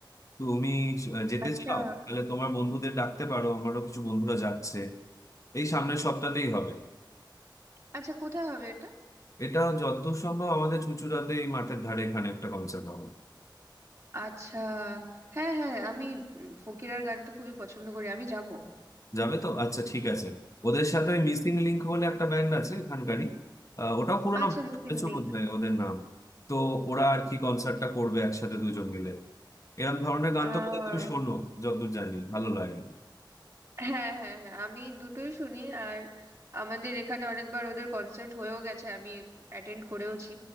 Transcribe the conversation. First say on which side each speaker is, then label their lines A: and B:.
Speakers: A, on the left (about 40°); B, on the right (about 40°).
A: তুমি আহ, যেতে
B: আচ্ছা
A: চাও তাহলে তোমার বন্ধুদের ডাকতে পারো আমারও কিছু বন্ধুরা যাচ্ছে এই সামনের সপ্তাহতেই হবে
B: আচ্ছা কোথায় হবে এটা
A: এটা যত সম্ভব আমাদের চুঁচুড়াতে এই মাঠের ধারে এখানে একটা কনসার্ট হবে
B: আচ্ছা হ্যাঁ হ্যাঁ আমি উম, ফকিরার গান তো খুবই পছন্দ করি আমি যাব
A: যাবে তো আচ্ছা ঠিক আছে ওদের সাথে ওই মিসিং লিংক বলে একটা ব্যান্ড আছে এখানকারই আহ, ওটাও পুরোনো
B: আচ্ছা মিসিং
A: শুনেছো
B: লিঙ্ক
A: বোধহয় ওদের নাম তো ওরা আর কি কনসার্টটা করবে একসাথে দুজন মিলে এরকম ধরনের গান
B: আহ
A: তো বোধহয় তুমি শোনো যতদূর জানি ভালো লাগে
B: হ্যাঁ হ্যাঁ হ্যাঁ আমি দুটোই শুনি আর আমাদের এখানে অনেকবার ওদের কনসার্ট হয়েও গেছে আমি অ্যাটেন্ড করেওছি